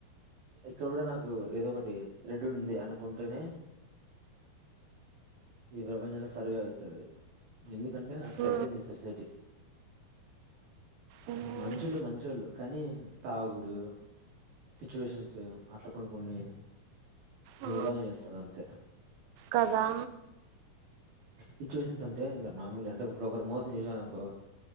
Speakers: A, on the right; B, on the right.
A: ఇక్కడ కూడా నాకు ఏదో ఒకటి థ్రెడ్ ఉంది అనుకుంటేనే ఈ ప్రపంచంలో సర్వే అవుతుంది ఎందుకంటే అట్లా
B: ఆ
A: అయిపోయింది ఈ సొసైటీ
B: ఉమ్,
A: మనుషులు మంచోళ్ళు కానీ తాగుడు సిచ్యువేషన్స్ అట్లా కొన్ని కొన్ని
B: ఆ
A: మృగాలిని చేస్తది అంతే
B: కదా
A: సిచ్యువేషన్స్ అంటే ఇంకా మామూలు అంటే ఇప్పుడు ఒకరు మోసం చేశారనుకో